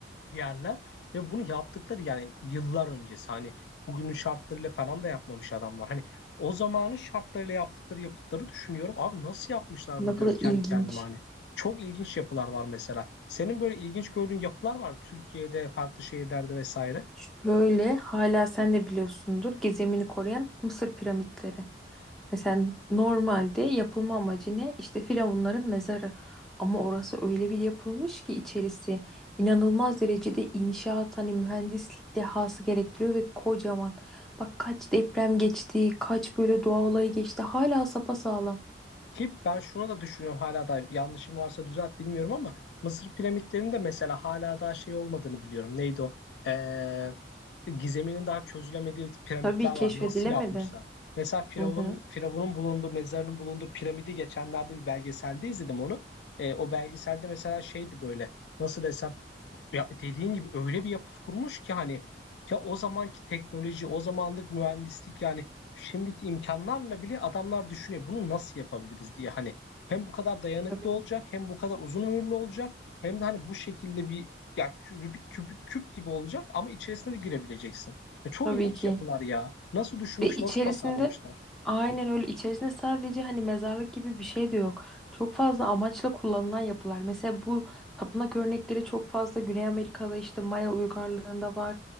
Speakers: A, on the left (about 65°); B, in the centre.
A: yerler ve bunu yaptıkları yani yıllar öncesi hani bugünün şartlarıyla falan da yapmamış adamlar. Hani o zamanın şartlarıyla yaptıkları yapıtları düşünüyorum. Abi nasıl yapmışlar
B: Ne
A: bunu
B: kadar
A: diyorum kendi
B: ilginç.
A: kendime hani. Çok ilginç yapılar var mesela. Senin böyle ilginç gördüğün yapılar var mı? Türkiye'de, farklı şehirlerde vesaire.
B: Şöyle hala sen de biliyorsundur gizemini koruyan Mısır piramitleri. Mesela normalde yapılma amacı ne? İşte firavunların mezarı. Ama orası öyle bir yapılmış ki içerisi inanılmaz derecede inşaat hani mühendislik dehası gerektiriyor ve kocaman. Bak kaç deprem geçti, kaç böyle doğa olayı geçti. Hala sapasağlam.
A: Ki ben şuna da düşünüyorum hala da yanlışım varsa düzelt bilmiyorum ama Mısır piramitlerinin de mesela hala daha şey olmadığını biliyorum. Neydi o? Ee, gizeminin daha çözülemediği piramitler
B: Tabii keşfedilemedi.
A: var. Nasıl yapmışlar? Mesela Firavun'un
B: Hı hı.
A: Firavun'un bulunduğu, mezarının bulunduğu piramidi geçenlerde bir belgeselde izledim onu. E, o belgeselde mesela şeydi böyle nasıl desem ya dediğin gibi öyle bir yapıt kurmuş ki hani ya o zamanki teknoloji, o zamanlık mühendislik yani şimdiki imkanlarla bile adamlar düşünüyor bunu nasıl yapabiliriz diye hani hem bu kadar dayanıklı
B: Tabii.
A: olacak hem bu kadar uzun ömürlü olacak hem de hani bu şekilde bir ya kü- Rubik küp, küp gibi olacak ama içerisine de girebileceksin. Ya çok
B: Tabii
A: ilginç
B: ki.
A: yapılar ya. Nasıl düşünmüş,
B: Ve içerisinde
A: nasıl tasarlamışlar?
B: Aynen öyle. İçerisinde sadece hani mezarlık gibi bir şey de yok. Çok fazla amaçla kullanılan yapılar. Mesela bu tapınak örnekleri çok fazla Güney Amerika'da işte Maya uygarlığında var.